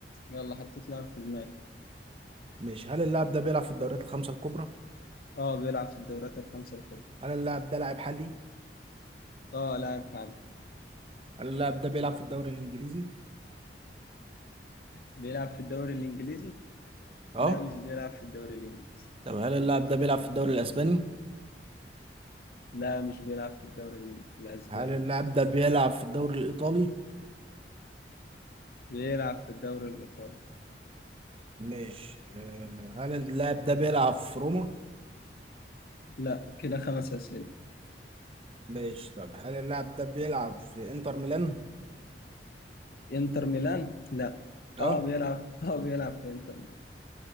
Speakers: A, on the left; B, on the right.
A: يلا حطيت لاعب في دماغي
B: ماشي هل اللاعب ده بيلعب في الدوريات الخمسة الكبرى؟
A: أه بيلعب في الدوريات الخمسة الكبرى
B: هل اللاعب ده لاعب حالي؟
A: أه لاعب حالي
B: هل اللاعب ده بيلعب في الدوري الإنجليزي؟
A: بيلعب في الدوري الإنجليزي
B: اه
A: لا مش بيلعب في الدوري الإنجليزي
B: طب هل اللاعب ده بيلعب في الدوري الإسباني؟
A: لا مش بيلعب في الدوري الإنجليزي الأسباني
B: هل اللاعب ده بيلعب في الدوري الإيطالي؟
A: بيلعب في الدوري الإيطالي
B: ماشي آه، هل اللاعب ده بيلعب في روما؟
A: لا كده خمس أسئلة
B: ماشي طب هل اللاعب ده بيلعب في انتر ميلان؟
A: إنتر ميلان لا
B: اه
A: اه بيلعب <laughs> اه بيلعب في إنتر ميلان